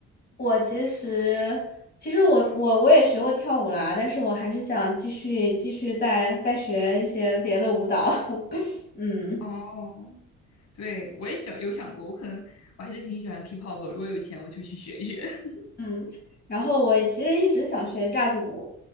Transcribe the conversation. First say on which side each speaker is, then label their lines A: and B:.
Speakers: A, on the left; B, on the left.
A: 我其实其实我我我也学过跳舞啦，但是我还是想继续继续再再学一些别的舞蹈。<laughs> 嗯。
B: 哦，对，我也想有想过，我可能我还是挺喜欢 K-pop，如果有钱我就去学一学，<laughs>
A: 嗯，然后我其实一直想学架子鼓，